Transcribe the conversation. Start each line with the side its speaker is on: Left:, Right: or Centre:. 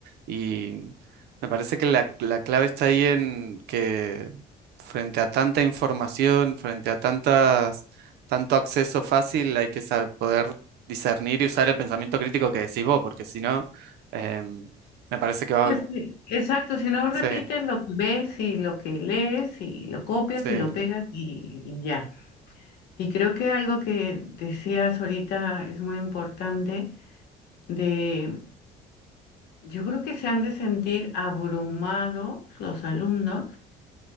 Right: Y me parece que la, la clave está ahí en que frente a tanta información, frente a tantas, tanto acceso fácil, hay que sa- poder discernir y usar el pensamiento crítico que decís vos, porque si no, eh, me parece que va...
Left: Pues sí, exacto, si no repites
Right: Sí,
Left: lo que ves y lo que lees y lo copias
Right: sí,
Left: y lo pegas y, y ya. Y creo que algo que decías ahorita es muy importante de, yo creo que se han de sentir abrumados los alumnos